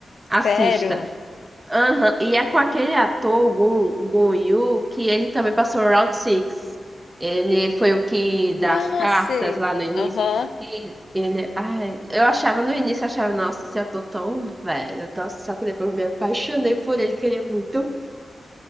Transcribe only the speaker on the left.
Sério?
Ah,
sei.
Aham.